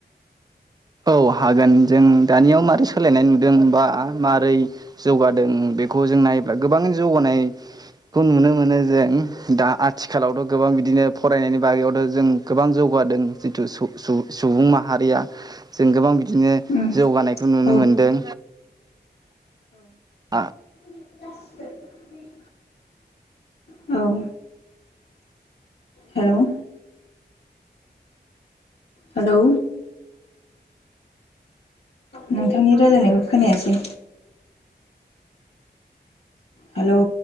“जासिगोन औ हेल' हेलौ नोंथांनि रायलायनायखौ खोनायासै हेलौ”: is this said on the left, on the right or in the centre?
Left